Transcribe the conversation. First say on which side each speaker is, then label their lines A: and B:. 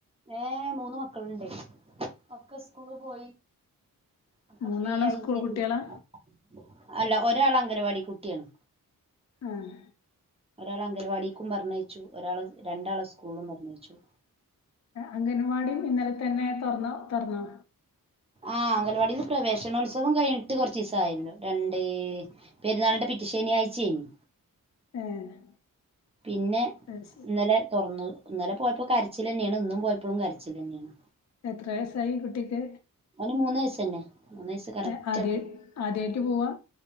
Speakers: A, on the right (about 15°); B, on the left (about 50°).
A: ഏഹ് മൂന്ന് മക്കളുണ്ടെയ് ഒക്കെ സ്കൂള് പോയി ഒക്കെ
B: മൂന്നാളും
A: ഫ്രീയായിങ്ങനെ
B: സ്കൂൾ കുട്ടികളാ
A: ഇരിക്ക അല്ല ഒരാള് അംഗനവാടി കുട്ടിയാണ്
B: ആഹ്
A: ഒരാളെ അംഗലവാടിക്കും പറ്ഞ്ഞയ്ച്ചു ഒരാളെ രണ്ടാളെ സ്കൂളിലും പറ്ഞ്ഞയ്ച്ചു
B: അംഗൻവാടിം ഇന്നല് തന്നെ തൊറ്ന്നോ തൊറ്ന്നോ
A: ആഹ് അംഗൽവാടീല് പ്രവേശനോത്സവം കഴിഞ്ഞിട്ട് കൊറച്ചീസം ആയല്ലോ രണ്ട് പെരുന്നാൾന്റെ പിറ്റെ ശനിആയ്ച്ചേനി
B: ഏഹ്
A: പിന്നെ
B: അത് ശരി
A: ഇന്നലെ തൊറ്ന്നു ഇന്നലെ പോയപ്പോ കരച്ചിലന്നെണ് ഇന്നും പോയപ്പളും കരച്ചിലെന്നെണ്
B: എത്ര വയസായി കുട്ടിക്ക്
A: ഓന് മൂന്ന വയ്സ്സന്നെ മൂന്ന് വയസ് കറക്റ്റാപ്പൊ
B: ഏഹ് ആദ്യ ആദ്യായിട്ട് പോവാ